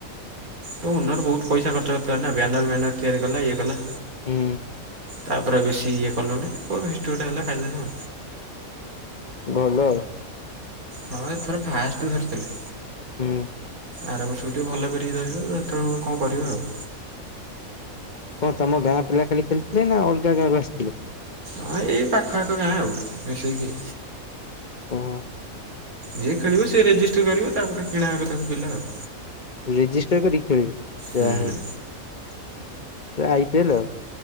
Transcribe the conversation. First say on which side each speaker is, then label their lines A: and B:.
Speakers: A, on the right; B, on the left.
A: ଏ ଓନର୍ ବହୁତ ପଇସା ଖର୍ଚ୍ଚ କରିଲା ନା, ବ୍ୟାନର ବ୍ୟାନର ତିଆରି କଲା ଇଏ କଲା।
B: ହୁଁ ଉଁ
A: ତାପରେ ବେଶୀ ଇଏ କଲୁନି, ତ ଫିଷ୍ଟି ଗୋଟେ ହେଲା ଖାଇଦେନୁ।
B: ଭଲ।
A: ହଁ ଏଥର ଫାଷ୍ଟ ଧରିଥିଲେ।
B: ହୁଁ।
A: ଆର ବର୍ଷକୁୁ ଟିକେ ଭଲ କରିକି ଧରିବ ସେତେବେଳକୁ କଣ କରିବେ ଆଉ।
B: କ ତମ ଗାଁ ପିଲା ଖାଲି ଖେଳିଥିଲେ ନା ଅଲଗା ଗାଁରୁ ଆସିଥିଲେ?
A: ହଁ ଏଇ ପାଖ ଆଖ ଗାଁ ଆଉ ମିଶେଇକି।
B: ହଁ ହଁ।
A: ଯିଏ ଖେଳିବ ସେ ରେଜିଷ୍ଟି କରିବ, ତା ପରେ କିଣା ହେବେ ତାକୁ ପିଲା ଆଉ।
B: ରେଜିଷ୍ଟର କରି ଖେଳିବ, ଯାହା
A: ହୁଁ
B: ହଉ ଆଇ ପିଏଲ ଆଉ।